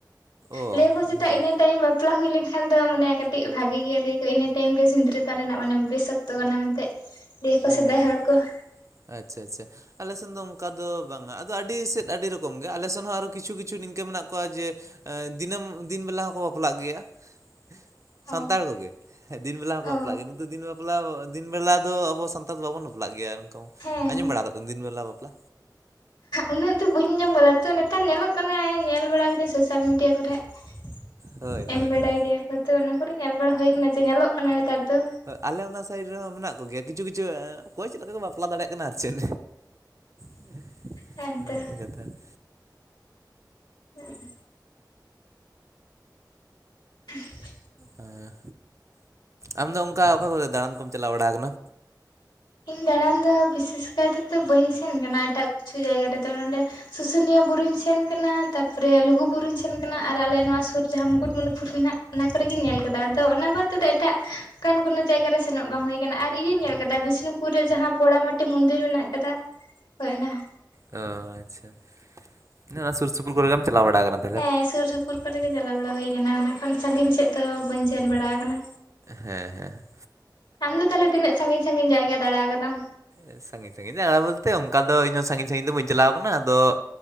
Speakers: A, on the right (about 45°); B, on the left (about 85°).
A: ᱚ
B: ᱞᱟᱹᱭ ᱟᱠᱚ ᱪᱮᱛᱟ
A: ᱚᱱᱠᱟ
B: ᱤᱱᱟᱹ ᱴᱟᱭᱤᱢ ᱵᱟᱯ ᱵᱟᱯᱞᱟ ᱦᱩᱭ ᱞᱮᱱ ᱠᱷᱟᱱ ᱫᱚ ᱢᱟᱱᱮ ᱠᱟᱹᱴᱤᱡ ᱵᱷᱟᱜᱤ ᱜᱮᱭᱟ ᱞᱟᱹᱭ ᱟᱠᱚ ᱤᱱᱟᱹ ᱴᱟᱭᱤᱢ ᱜᱮ ᱥᱤᱸᱫᱽᱨᱟᱹ ᱫᱟᱱ ᱨᱮᱱᱟᱜ ᱢᱟᱱᱮ ᱵᱮᱥ ᱚᱠᱛᱚ ᱠᱟᱱᱟ ᱢᱮᱱᱛᱮ ᱾ ᱞᱟᱹᱭ ᱟᱠᱚ ᱥᱮᱫᱟᱭ
A: ᱚ
B: ᱦᱚᱲ ᱠᱚ ᱾
A: ᱟᱪᱪᱷᱟ ᱟᱪᱪᱷᱟ ᱾ ᱟᱞᱮ ᱥᱮᱱ ᱫᱚ ᱚᱱᱠᱟ ᱫᱚ ᱵᱟᱝᱟ ᱾ ᱟᱫᱚ ᱟᱹᱰᱤ ᱥᱮᱫ ᱟᱹᱰᱤ ᱨᱚᱠᱚᱢ ᱜᱮ ᱟᱞᱮ ᱥᱮᱱ ᱦᱚᱸ ᱟᱨᱚ ᱠᱤᱪᱷᱩ ᱠᱤᱪᱷᱩ ᱱᱤᱝᱠᱟᱹ ᱢᱮᱱᱟᱜ ᱠᱚᱣᱟ ᱡᱮ ᱮᱜ ᱫᱤᱱᱟᱹᱢ ᱫᱤᱱ ᱵᱮᱞᱟ ᱦᱚᱸ ᱠᱚ ᱵᱟᱯᱞᱟᱜ ᱜᱮᱭᱟ ᱾ ᱥᱟᱱᱛᱟᱲ
B: ᱚ
A: ᱠᱚ ᱜᱮ ᱫᱤᱱ ᱵᱮᱞᱟ ᱦᱚᱸ ᱠᱚ
B: ᱚ
A: ᱵᱟᱯᱞᱟᱜ ᱜᱮᱭᱟ ᱠᱤᱱᱛᱩ ᱫᱤᱱ ᱵᱟᱯᱞᱟ ᱫᱤᱱ ᱵᱮᱞᱟ ᱫᱚ ᱟᱵᱚ ᱥᱟᱱᱛᱟᱲ ᱫᱚ ᱵᱟᱵᱚᱱ ᱵᱟᱯᱞᱟᱜ ᱜᱮᱭᱟ ᱚᱱᱠᱟ
B: ᱦᱮᱸ
A: ᱟᱸᱡᱚᱢ ᱵᱟᱲᱟ ᱟᱠᱟᱫᱟ ᱫᱤᱱ ᱵᱮᱞᱟ ᱵᱟᱯᱞᱟ?
B: ᱩᱱᱟᱹᱜ ᱫᱚ ᱵᱟᱹᱧ ᱧᱚᱢ ᱟᱠᱟᱫᱟ ᱛᱚ ᱱᱮᱛᱟᱨ ᱧᱮᱞᱚᱜ ᱠᱟᱱᱟ ᱧᱮᱞ ᱵᱟᱲᱟ ᱠᱮᱫᱟ ᱥᱳᱥᱟᱞ ᱢᱤᱰᱤᱭᱟ ᱠᱚᱨᱮ ᱾
A: ᱦᱳᱭ ᱦᱳᱭ
B: ᱮᱢ ᱵᱟᱲᱟᱭ
A: ᱦᱳᱭ
B: ᱜᱮᱭᱟ ᱠᱚ ᱛᱚ ᱚᱱᱟ ᱠᱚᱨᱮ ᱧᱮᱞ ᱵᱟᱲᱟ ᱠᱟᱱᱟ ᱡᱮ ᱧᱮᱞᱚᱜ ᱠᱟᱱᱟ ᱱᱮᱛᱟᱨ ᱫᱚ ᱾
A: ᱟᱞᱮ ᱚᱱᱟ ᱥᱟᱭᱤᱰ ᱨᱮ ᱦᱚᱸ ᱢᱮᱱᱟᱜ ᱠᱚ ᱜᱮᱭᱟ ᱠᱤᱪᱷᱩ ᱠᱤᱪᱷᱩ ᱚᱠᱚᱭ ᱪᱮᱫ ᱞᱮᱠᱟ ᱠᱚ ᱵᱟᱯᱞᱟ ᱫᱟᱲᱮᱭᱟᱜ ᱠᱟᱱᱟ ᱟᱨ ᱪᱮᱫ ᱾
B: ᱦᱮᱸ
A: ᱤᱱᱟᱹ
B: ᱛᱚ
A: ᱜᱮ ᱠᱟᱛᱷᱟ ᱾
B: ᱦᱮᱸ ᱾ <inaudible>
A: ᱦᱮᱸ ᱟᱢ ᱫᱚ ᱚᱱᱠᱟ ᱚᱠᱟ ᱠᱚᱨᱮ ᱫᱟᱬᱟᱱ ᱠᱚᱢ ᱪᱟᱞᱟᱣ ᱵᱟᱲᱟ ᱟᱠᱟᱱᱟ?
B: ᱤᱧ ᱫᱟᱬᱟᱱ ᱫᱚ ᱵᱤᱥᱮᱥ ᱠᱟᱭ ᱛᱮᱫᱚ ᱵᱟᱹᱧ ᱥᱮᱱ ᱠᱟᱱᱟ, ᱮᱴᱟᱜ ᱠᱤᱪᱷᱩ ᱡᱟᱭᱜᱟ ᱨᱮᱫᱚ ᱱᱚᱰᱮ᱾ ᱥᱩᱥᱩᱱᱤᱭᱟᱹ ᱵᱩᱨᱩᱧ ᱥᱮᱱ ᱠᱟᱱᱟ ᱛᱟᱯᱚᱨᱮ ᱞᱩᱜᱩ ᱵᱩᱨᱩᱧ ᱥᱮᱱ ᱨᱮᱱᱟᱜ ᱟᱨ ᱟᱞᱮ ᱱᱚᱣᱟ ᱥᱩᱨ ᱡᱟᱦᱟᱸ ᱢᱩᱠᱩᱴᱢᱩᱱᱤᱯᱩᱨ ᱢᱮᱱᱟᱜ, ᱚᱱᱟ ᱠᱚᱨᱮᱜᱤᱧ ᱧᱮᱞ ᱠᱟᱫᱟ ᱟᱫᱚ ᱚᱱᱟ ᱵᱟᱫᱽ ᱛᱮᱫᱚ ᱮᱴᱟᱜ ᱠᱟᱱ ᱜᱩᱱᱟᱹ ᱡᱟᱭᱜᱟ ᱨᱮ ᱥᱮᱱᱚᱜ ᱵᱟᱝ ᱦᱩᱭ ᱟᱠᱟᱱᱟ ᱟᱨ ᱤᱭᱟᱹᱧ ᱧᱮᱞ ᱠᱟᱫᱟ ᱵᱤᱥ ᱯᱩᱨ ᱨᱮ ᱡᱟᱦᱟᱸ ᱯᱚᱲᱟ ᱢᱟᱹᱴᱤ ᱢᱚᱱᱫᱤᱨ ᱢᱮᱱᱟᱜ ᱠᱟᱫᱟ ᱦᱳᱭ ᱚᱱᱟ ᱾
A: ᱚ ᱟᱪᱪᱷᱟ ᱱᱚᱣᱟ ᱥᱩᱨ ᱥᱩᱯᱩᱨ ᱠᱚᱨᱮ ᱜᱮᱢ ᱪᱟᱞᱟᱣ ᱵᱟᱲᱟ ᱟᱠᱟᱱᱟ ᱾
B: ᱦᱮᱸ ᱥᱩᱨ ᱥᱩᱯᱩᱨ ᱠᱚᱨᱮᱜᱮ ᱪᱟᱞᱟᱣ ᱵᱟᱲᱟ ᱦᱩᱭ ᱟᱠᱟᱱᱟ ᱚᱱᱟ ᱠᱷᱚᱱ ᱥᱟᱺᱜᱤᱧ ᱥᱮᱫ ᱫᱚ ᱵᱟᱹᱧ ᱥᱮᱱ ᱵᱟᱲᱟ ᱠᱟᱱᱟ᱾
A: ᱦᱮᱸ ᱦᱮᱸ
B: ᱟᱢ ᱫᱚ ᱛᱟᱦᱞᱮ ᱛᱤᱱᱟᱹᱜ ᱥᱟᱺᱜᱤᱧ ᱥᱟᱺᱜᱤᱧ ᱡᱟᱭᱜᱟ ᱫᱟᱬᱟ ᱟᱠᱟᱫᱟᱢ?
A: ᱮ ᱥᱟᱺᱜᱤᱧ ᱥᱟᱺᱜᱤᱧ ᱫᱟᱬᱟ ᱵᱚᱞᱛᱮ ᱚᱱᱠᱟ ᱫᱚ ᱤᱧ ᱦᱚᱸ ᱥᱟᱺᱜᱤᱧ ᱥᱟᱺᱜᱤᱧ ᱫᱚ ᱵᱟᱹᱧ ᱪᱟᱞᱟᱣ ᱟᱠᱟᱱᱟ ᱟᱫᱚ